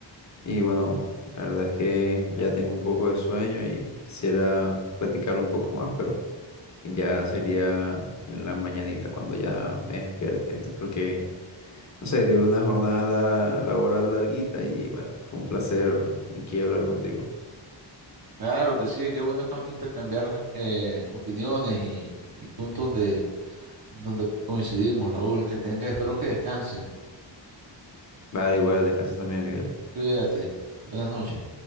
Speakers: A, on the left; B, on the right.
A: Y bueno, la verdad es que ya tengo un poco de sueño y quisiera platicar un poco más, pero ya sería en la mañanita cuando ya me despierte. Entonces, porque, no sé, tuve una jornada la- laboral larguita y bueno, fue un placer aquí hablar contigo.
B: Claro que sí, qué bueno ca- intercambiar eh, opiniones y, y puntos de donde coincidimos, Raúl, que tenga, espero que descanse.
A: Vale, igual, descansa también, Miguel.
B: Cuídate. Buenas noches.